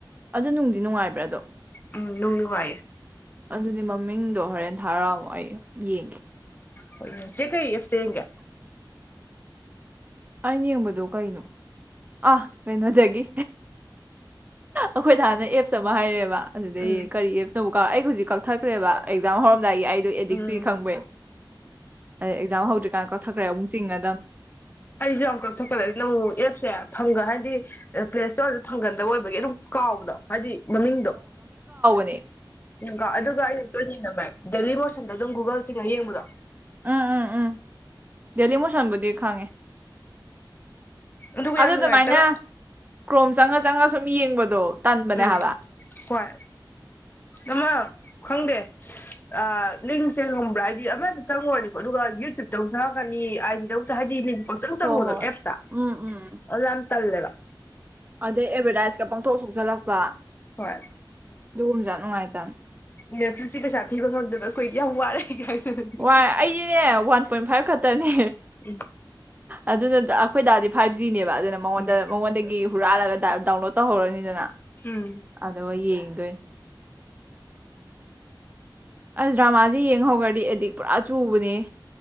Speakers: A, on the right; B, on the left.
A: ꯑꯗꯨ ꯅꯨꯡꯗꯤ ꯅꯨꯡꯉꯥꯏꯕ꯭ꯔꯥ ꯑꯗꯣ
B: ꯎꯝ ꯅꯨꯡ ꯅꯨꯉꯥꯏꯌꯦ
A: ꯑꯗꯨꯗꯤ ꯃꯃꯤꯡꯗꯣ ꯍꯣꯔꯦꯟ ꯊꯥꯔ ꯑꯝꯃꯨ ꯑꯩ ꯌꯦꯡꯒꯦ
B: ꯍꯣꯏ ꯌꯦꯡ ꯆꯦ ꯀꯩ ꯑꯦꯞꯁ ꯇ ꯌꯦꯡꯒꯦ
A: ꯑꯩꯅ ꯌꯦꯡꯕꯗꯣ ꯀꯩꯅꯣ ꯑꯥ ꯀꯩꯅꯣꯗꯒꯤ ꯑꯈꯣꯏꯗꯥ ꯅ ꯑꯦꯞꯁ ꯑꯃ ꯍꯥꯏꯔꯦꯕ ꯑꯗꯨꯗ
B: ꯎꯝ
A: ꯌꯦꯡ ꯀꯔꯤ ꯑꯦꯞꯁ ꯅꯣꯕꯧ ꯀ ꯑꯩ ꯍꯧꯖꯤꯛ ꯀꯛꯊꯠꯈ꯭ꯔꯦꯕ ꯑꯦꯛꯖꯥꯝ ꯍꯧꯔ ꯗꯥꯏꯒꯤ ꯑꯩꯗꯣ ꯑꯦꯗꯤꯛꯇꯨꯏ
B: ꯎꯝ
A: ꯈꯪꯕꯩ ꯑꯩ ꯑꯦꯛꯖꯥꯝ ꯍꯧꯗ꯭ꯔꯤꯀꯥꯟ ꯀꯛꯊꯠꯈ꯭ꯔꯦ ꯑꯃꯨꯛ ꯆꯤꯡꯉꯗꯝꯅꯤ
B: ꯑꯩ ꯖꯨ ꯌꯥꯝ ꯀꯛꯊꯠꯀꯜꯂꯦ ꯑꯗꯨꯅ ꯑꯃꯨꯃꯨꯛ ꯑꯦꯞꯁꯦ ꯐꯪꯒ ꯍꯥꯏꯗꯤ ꯄ꯭ꯂꯦ ꯏꯁꯇꯣꯔꯗ ꯐꯪꯒꯟꯗꯕ ꯑꯣꯏꯕꯒꯤ ꯑꯗꯨꯝ ꯀꯥꯎꯕꯗꯣ ꯍꯥꯏꯗꯤ ꯃꯃꯤꯡꯗꯣ
A: ꯅꯦ
B: ꯒ ꯑꯗꯨꯒ ꯑꯩꯅ ꯇꯣꯏ ꯌꯦꯡꯒꯟꯕꯥ ꯗꯦꯂꯤ ꯃꯣꯁꯟꯗ ꯑꯗꯨꯝ ꯒꯨꯒꯜ ꯆꯤꯡꯉ ꯍꯌꯦꯡꯕ <unintelligible>
A: ꯎꯝ ꯎꯝ ꯎꯝ ꯗꯦꯂꯤ ꯃꯨꯁꯟꯕꯨꯗꯤ ꯈꯪꯉꯦ
B: ꯑꯗꯨꯒ ꯌꯥꯝ
A: ꯑꯗꯨ
B: ꯅꯨꯡꯉꯥꯏꯇꯕ
A: ꯑꯗꯨꯃꯥꯏꯅ ꯀ꯭ꯔꯣꯝ ꯆꯪꯉ ꯆꯪꯉ ꯁꯨꯝ ꯌꯦꯡꯕꯗꯣ ꯇꯟꯕꯅꯦ
B: ꯎꯝ
A: ꯍꯥꯏꯕ
B: ꯍꯣꯏ ꯑꯃ ꯈꯪꯗꯦ ꯑ ꯂꯤꯡ ꯁꯦ ꯈꯪꯕ꯭ꯔꯥ ꯍꯥꯏꯗꯤ ꯑꯃꯗ ꯆꯪꯉꯨꯔꯅꯤꯀꯣ ꯑꯗꯨꯒ ꯌꯨꯇ꯭ꯌꯨꯕꯇ ꯑꯃꯨꯛ ꯆꯪꯉꯛꯀꯅꯤ ꯑꯥꯏꯖꯤꯗ ꯑꯃꯨꯛ ꯍꯥꯏꯗꯤ ꯂꯤꯡ ꯄꯪꯆꯪ ꯆꯪꯕꯗꯣ
A: ꯍꯣꯏ ꯍꯣꯏ
B: ꯑꯦꯞꯁꯇ
A: ꯎꯝ ꯎꯝ
B: ꯑꯗꯨ ꯌꯥꯝ ꯇꯜꯂꯦꯕ
A: ꯑꯗꯩ ꯑꯦꯚꯔꯗꯥꯏꯁꯀ ꯄꯪꯊꯣꯛ ꯊꯣꯛꯆꯜꯂꯛꯄ
B: ꯍꯣꯏ
A: <unintelligible> ꯅꯨꯡꯉꯥꯏꯇꯝ
B: ꯅꯦꯠꯐꯂꯤꯛꯁ ꯀꯤ ꯄꯩꯁꯥ ꯊꯤꯕ ꯉꯝꯗꯕ ꯑꯈꯣꯏꯗꯤ ꯌꯥꯝ ꯋꯥꯔꯦ ꯀꯥꯏꯗꯅ
A: ꯋꯥ ꯑꯩꯗꯤꯅꯦ ꯋꯥꯟ ꯄꯣꯏꯟ ꯐꯥꯏꯚ ꯈꯇꯅꯦ
B: ꯎꯝ
A: ꯑꯗꯨꯅ ꯑꯈꯣꯏ ꯗꯥꯗꯤ ꯐꯥꯏꯚ ꯖꯤꯅꯦꯕ ꯕ ꯑꯗꯨꯅ ꯃꯉꯣꯟꯗ
B: ꯎꯝ
A: ꯃꯉꯣꯟꯗꯒꯤ ꯍꯨꯔꯜꯂꯒ ꯗꯥꯎꯟꯂꯣꯗ ꯇꯧꯍꯧꯔꯅꯤꯗꯅ
B: ꯎꯝ
A: ꯑꯗꯣ ꯌꯦꯡꯗꯣꯏꯅꯦ ꯑꯁ ꯗ꯭ꯔꯃꯥꯁꯦ ꯌꯦꯡꯍꯧꯈ꯭ꯔꯗꯤ ꯑꯦꯗꯤꯛ ꯄꯨꯔꯥ ꯆꯨꯕꯅꯦ